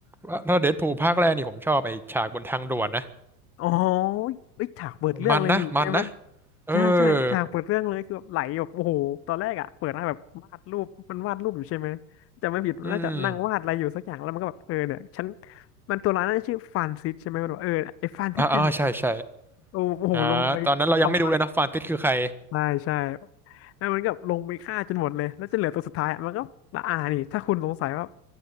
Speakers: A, in the centre; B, on the left (about 30°).
A: แล้วถ้าเดดพูลภาคแรกนี่ผมชอบไอ้ฉากบนทางด่วนนะ
B: อ๋อเอ้ยฉากเปิดเรื่องเลยนี่ใช่ไหม
A: มันนะมันนะ เออ
B: ใช่ใช่ฉากเปิดเรื่องเลยคือแบบไหลแบบโอ้โหตอนแรกอ่ะเปิดมาแบบวาดรูปมันวาดรูปอยู่ใช่ไหมจะไม่ผิดมันน่าจะนั่งวาดอะไรอยู่สักอย่างแล้วมันก็แบบเออเนี่ยฉัน
A: อืม
B: มันตัวร้ายน่าจะชื่อฟานซิสใช่ไหมมันบอกเออไอ้ฟานซิสอยู่ไหน
A: อ่าอ่าใช่ใช่
B: โอ้โอ้โหลงไปทำลาย
A: อ่าตอนนั้นเรายังไม่รู้เลยนะ ฟานติสคือใคร
B: ใช่ใช่แล้วมันก็ลงไปฆ่าจนหมดเลยแล้วจะเหลือตัวสุดท้ายอะมันก็ละอานี่ถ้าคุณสงสัยว่า